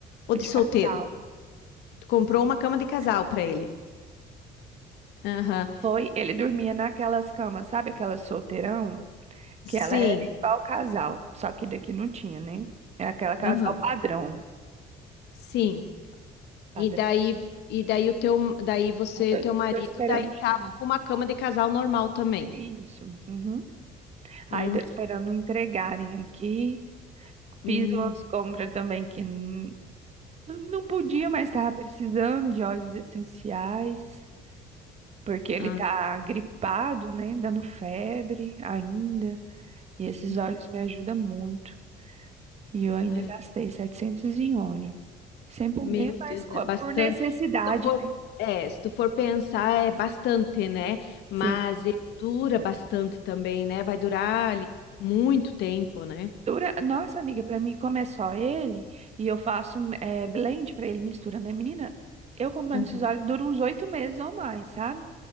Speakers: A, on the left; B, on the right.
A: ou
B: Foi
A: de
B: de
A: solteiro?
B: casal.
A: Tu comprou uma cama
B: Uma cama
A: de casal
B: de casal.
A: para ele. Aham.
B: Uhum. Foi, ele dormia naquelas camas, sabe aquelas solteirão? Que
A: Sim.
B: ela é igual casal, só que daqui não tinha, né? É aquela casal
A: Aham.
B: padrão.
A: Sim.
B: Padrão.
A: E daí, e daí o teu, daí você,
B: Eu tô, eu
A: teu marido,
B: tô esperando
A: daí
B: chegar.
A: tava com uma cama de casal normal também.
B: Isso. Uhum.
A: Hum,
B: Ai, tô esperando entregarem aqui.
A: hum,
B: Fiz umas compras também que n- não podia, mas tava precisando de óleos essenciais, porque ele
A: ah,
B: tá gripado, né? Dando febre ainda. E esses
A: ah,
B: óleos me ajudam muito. E eu ainda
A: é.
B: gastei 700 em óleo. Sem poder,
A: Meu
B: mas
A: Deus,
B: co-
A: é bastante.
B: por necessidade,
A: Se tu for,
B: né?
A: é, se tu for pensar, é bastante, né? Mas
B: Sim.
A: ele dura bastante também, né? Vai durar ali muito tempo, né?
B: Dura... Nossa, amiga, pra mim, como é só ele, e eu faço eh, blend pra ele, mistura, né, menina? Eu comprando
A: Uhum.
B: esses óleos dura uns oito meses ou mais, sabe?